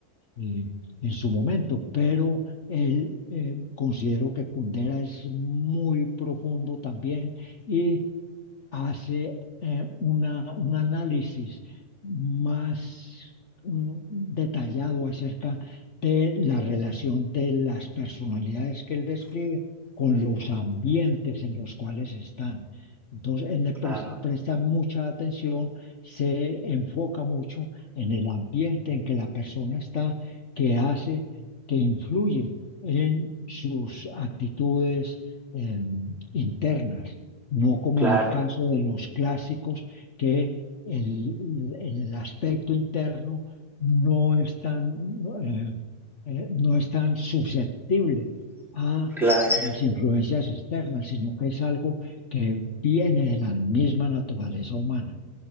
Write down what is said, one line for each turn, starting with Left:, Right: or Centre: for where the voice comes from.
Left: eh, en su momento, pero él eh, considero que Kundera es muy profundo también y hace eh, una, un análisis más mm, detallado acerca de la relación de las personalidades que él describe con los ambientes en los cuales están. Entonces, él le pres-
Centre: claro.
Left: presta mucha atención, se enfoca mucho en el ambiente en que la persona está, que hace, que influye en sus actitudes em, internas no como
Centre: Claro,
Left: en el caso de los clásicos, que el, el aspecto interno no es tan, no eh, eh, no es tan susceptible a
Centre: claro,
Left: las influencias externas, sino que es algo que viene de la misma naturaleza humana.